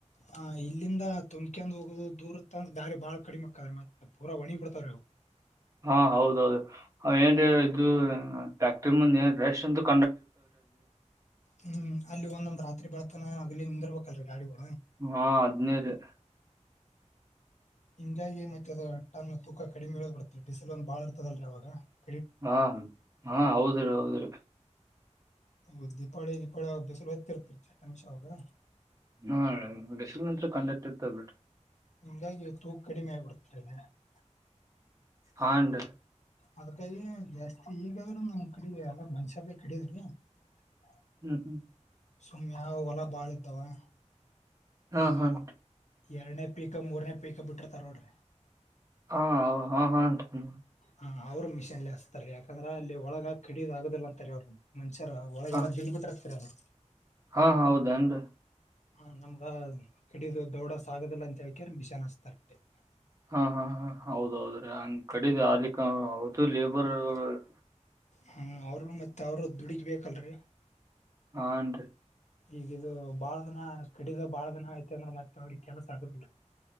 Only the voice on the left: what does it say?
ಹ ಇಲ್ಲಿಂದ ತುಂಬಕೆಂದ ಹೋಗೋದು ದೂರ ತೊಗೊಂದ ದಾರಿ ಬಾಳ ಕಡಿಮೆ ಅಕತದ್ರಿ ಮತ್ತೆ ಪೂರ ಒಣಿಗ ಬಿಡತ <unintelligible> ತ್ತರವ <unintelligible>
ಹೂ ಅಲ್ಲಿ ಒಂದೊಂದ್ ರಾತ್ರಿ ಬೆಳತಾನ ಅಹಗಲಿ ನಿಂದಿರ್ಬೇಕಲ್ ಗಾಡಿಗಳು <unintelligible>
ಹಿಂಗಾಗಿ ಮತ್ತೆ ಅದ ಹಟ್ಟನಾ ತೂಕ ಕಡಿಮೆ ಇಳದ್ ಬಿಡುತ್ತೆ ಬಿಸಿಲು ಒಂದ್ ಬಾಳ್ ಅರ್ತದಲ್ಲರಿ ಅವಾಗ <unintelligible>
ಹೌದ ದೀಪಾವಳಿ ದೀಪಾವಳಿ ಬಿಸಿಲ ಹೊತರ್ತ್ರಿ ಚಟ್ ಆಮಶಾ ಆವಾಗ <unintelligible>
ಹಾಂಗ್ ಆಗಿ ತೂಕ ಕಡಿಮೆ ಆಗ ಬಿಡತರಿ <unintelligible>
ಅದಕ್ಕಾಗಿ ಜಾಸ್ತಿ ಈಗಾದ್ರೂ ನಮ್ಮ ಕಡಿಗ ಎಲ್ಲ ಮನುಷ್ಯಗೆ ಕಡಿಯೋದರಿ <unintelligible>
ಸುಮ್ನ ಯಾವ ಹೊಲ ಬಾಳ ಇದ್ದಾವ? <unintelligible>
ಹಂಗ
ಎರನೇ ಪೀಕ್ ಮೂರ್ನೇ ಪೀಕ್ ಬಿಟ್ರ ತರೋಡ್ರಿ
ಹಾ ಅವರ ಮಿಷನ್ ಲೇ ಹಸ್ತಾರರಿ ಯಾಕಂದ್ರ ಅಲ್ಲಿ ಒಳಗ ಕಡಿದ್ ಆಗುವುದಿಲ್ಲ ಅಂತಾರೆ ಅವರು <unintelligible> ಚರ ಒಳಗ
ಎಲ್ಲಾ ಬಿದಬಿಟ್ಟಿರತದ <unintelligible>
ಹ ನಮಗ ಕಿಡಿದು ದೌಡ ಸಾಗುದಿಲ್ಲ ಅಂತ ಹೇಳ್ ಕ್ಯಾರ್ ಮಿಷನ್ ಹಸ್ತರಾ ರಿ <unintelligible>
ಹ ಅವರು ಮತ್ತೆ ಅವರು ದುಡಿಕ ಬೇಕಲ್ರರಿ. <unintelligible>
ಈಗ ಇದು ಬಾಳ ದಿನ ಕಡಿದ ಬಾಳ ದಿನ ಆಯತ ಅಂದ್ರೆ ಮತ್ತೆ ಅವ್ರಿಗೆ ಕೆಲಸ ಆಗುದಿಲ್ಲ ರೀ <unintelligible>